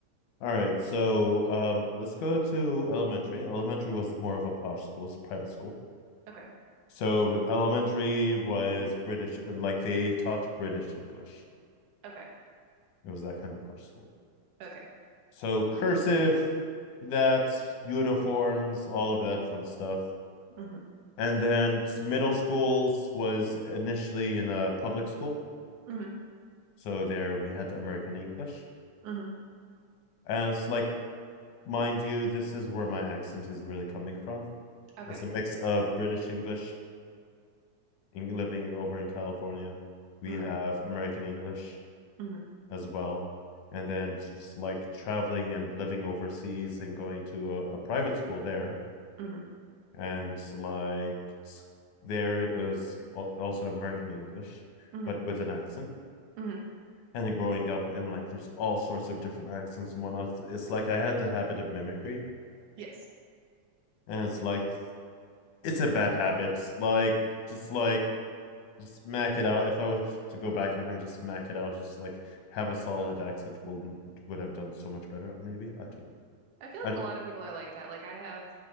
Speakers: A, on the left (about 90°); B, on the right (about 85°).
A: right, so um let's go to elementary. Elementary was more of a posh school, it's a private school.
B: Okay.
A: So elementary was British and like they taught British English.
B: Okay.
A: It was that kind of posh school.
B: Okay.
A: So cursive, that's uniforms, all of that fun stuff.
B: Mm-hmm.
A: and then middle schools was initially in a public school
B: Mm-hmm.
A: so there we had american english
B: Mm-hmm.
A: and it's like mind you this is where my accent is really coming from
B: Okay.
A: it's a mix of british english in, living over in california we
B: Mm-hmm.
A: have american english
B: Mm-hmm.
A: as well and then just like traveling and living overseas and going to a, a private school there
B: Mm-hmm.
A: and like there is also american english
B: Mm-hmm.
A: but with an accent
B: Mm-hmm.
A: and then growing up and like there's all sorts of different accents and whatnot. It's, like I had the habit of mimicry,
B: Yes.
A: and it's like it's a bad habit. Like just like just smack it out. If I was to go back in time, just smack it out. Just like have a solid accent will would have done so much better. Maybe I don't know.
B: I feel
A: I
B: like
A: don't,
B: a lot of people are like that. Like I have